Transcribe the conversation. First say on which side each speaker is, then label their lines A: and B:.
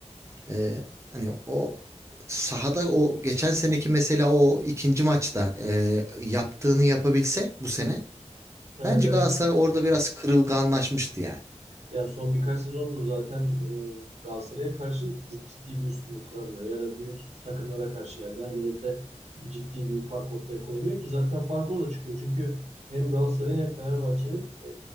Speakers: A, on the right; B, on the right.
A: Ee, hani o sahada o geçen seneki mesela o ikinci maçta e, yaptığını yapabilse bu sene
B: Evet
A: Bence
B: evet
A: Galatasaray orada biraz kırılganlaşmıştı yani.
B: Ya son birkaç sezondur zaten e, Galatasaray'a karşı zip- ciddi bir üstünlük kuramıyor. Ya da büyük takımlara karşı yani derbilerde ciddi bir fark ortaya koyamıyor ki zaten fark orada çıkıyor. Çünkü hem Galatasaray'ın hem Fenerbahçe'nin e,